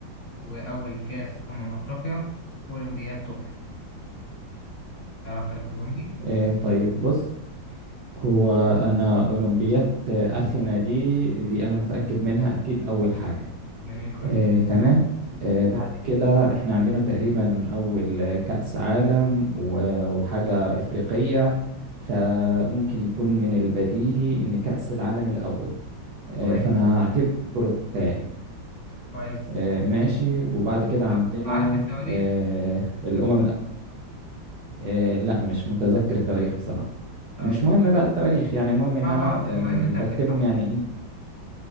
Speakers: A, on the left (about 40°); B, on the right (about 60°).
A: وأول كأس أمم أفريقيا وأولمبياد طوكيو تعرف ترتبهم لي؟
B: أه طيب بص هو أنا أولمبيات آه، أثينا دي دي أنا متأكد منها أكيد أول حاجة
A: جميل كويس
B: آه،
A: جدا
B: تمام آه، مم. بعد كده احنا عندنا تقريبا أول آه، كأس عالم و- وحاجة إفريقية فممكن يكون من البديهي إن كأس العالم الأول آه،
A: كويس
B: فأنا هعتبره الثاني
A: كويس
B: آه، ماشي وبعد كده عندنا
A: طب عارف التواريخ؟
B: آه، الأمم الأ- آه، لا مش متذكر التواريخ بصراحة
A: طيب
B: مش مهم بقى التواريخ يعني المهم إن
A: مع
B: أنا
A: بعض المهم
B: آه، مرتبهم
A: ترتيب صحيح
B: يعني إيه؟